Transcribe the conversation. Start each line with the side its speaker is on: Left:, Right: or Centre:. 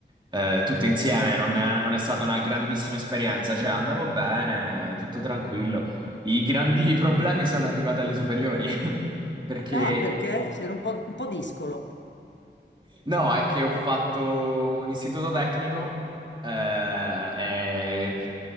Right: eh, tutte insieme, non è, non è stata una grandissima esperienza, cioè andavo bene, tutto tranquillo. I grandi <laughs> problemi sono arrivati alle superiori, <laughs> Mm. perché
Left: Ah, perché sei un po', un po' discolo.
Right: No, è che ho fatto un istituto tecnico, eh, e,